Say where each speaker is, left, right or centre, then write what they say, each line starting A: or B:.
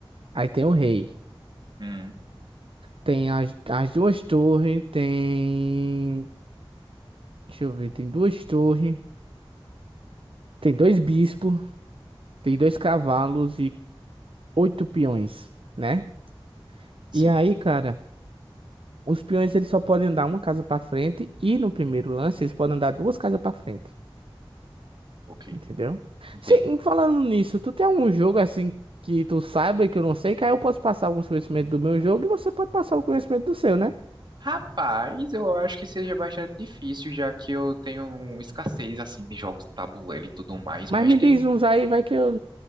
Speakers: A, on the right; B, on the right.
A: Aí tem o rei.
B: Hum.
A: Tem as, as duas torres, tem. Deixa eu ver, tem duas torres, tem dois bispos, tem dois cavalos e oito peões, né?
B: Sim.
A: E aí, cara, os peões eles só podem andar uma casa pra frente e no primeiro lance eles podem andar duas casas pra frente,
B: Ok.
A: entendeu?
B: Entendi.
A: Sim, falando nisso, tu tem algum jogo assim que tu saiba que eu não sei, que aí eu posso passar alguns conhecimentos do meu jogo e você pode passar o conhecimento do seu, né?
B: Rapaz, eu acho que seja bastante difícil, já que eu tenho um escassez assim de jogos de tabuleiro e tudo mais,
A: Mas
B: mas
A: me
B: tem.
A: diz uns aí, vai que eu.